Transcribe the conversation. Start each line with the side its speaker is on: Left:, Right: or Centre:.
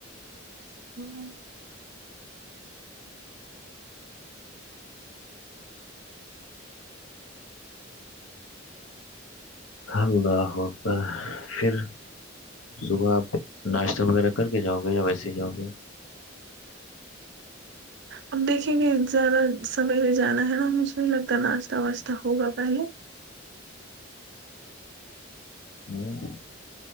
Right: ہمم
Left: اللہ اکبر پھر صبح آپ ناشتہ وغیرہ کر کے جاؤ گے یا ویسے ہی جاؤ گے
Right: اب دیکھیں گے زیادہ سمے لے جانا ہے نا مجھے نہیں لگتا ناشتہ واشتہ ہوگا پہلے
Left: ہمم